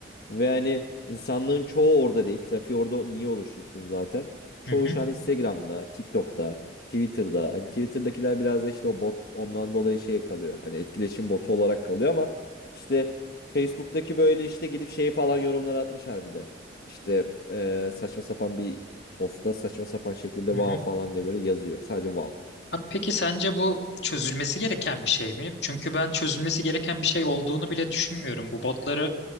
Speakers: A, on the left (about 60°); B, on the left (about 75°).
A: Ve hani insanlığın çoğu orada değil. Trafiği orada niye oluştursun zaten? Çoğu
B: hı hı,
A: şu an Instagram'da, TikTok'ta, Twitter'da. Hani Twitter'dakiler biraz da işte o bot ondan dolayı şey kalıyor. Hani etkileşim botu olarak kalıyor ama işte Facebook'taki böyle işte gidip şey falan yorumlar atmış harbiden. İşte e, saçma sapan bir posta saçma sapan şekilde
B: hı
A: vav
B: hı.
A: falan diye böyle yazıyor. Sadece vav.
B: Abi peki sence bu çözülmesi gereken bir şey mi? Çünkü ben çözülmesi gereken bir şey olduğunu bile düşünmüyorum. Bu botları